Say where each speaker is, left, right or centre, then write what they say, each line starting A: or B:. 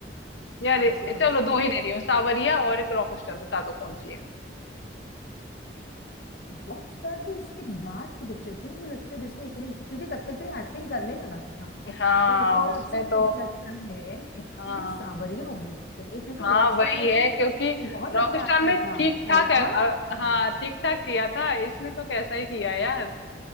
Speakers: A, on the left (about 80°); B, on the left (about 60°).
A: यार
B: कौन
A: ये-
B: सी कौन
A: चलो
B: सी
A: दो ही दे रही हूँ सावरिया और एक रॉक स्टार बता दो कौन सी है
B: रॉकस्टार तो इसके बाद की पिक्चर थी मुझे लगता है जिसमें इतने क्योंकि तब तक तो ये एक्टिंग करने लगा था
A: हाँ
B: तो उस हिसाब
A: उसमें
B: से मुझे
A: तो
B: लगता है कि
A: हाँ
B: ये
A: हाँ
B: सांवरिया होनी चाहिए क्योंकि
A: हाँ
B: रॉकस्टार
A: वही
B: में तो
A: है क्योंकि
B: बहुत
A: रॉक
B: अच्छा
A: स्टार
B: एक्टर
A: में
B: था
A: ठीक
B: है
A: ठाक है,
B: ना
A: अ, हाँ
B: वाह।
A: ठीक ठाक किया था इसमें तो कैसा ही किया यार